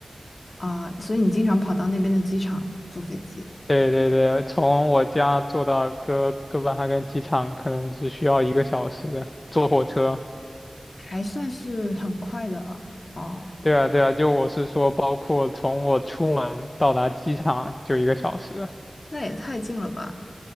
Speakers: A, on the left; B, on the left.
A: 啊，所以你经常跑到那边的机场坐飞机，
B: 对对对，从我家坐到哥哥本哈根机场可能只需要一个小时，坐火车。
A: 还算是很快的啊。哦，
B: 对啊对啊，就我是说，包括从我出门到达机场就一个小时。
A: 那也太近了吧？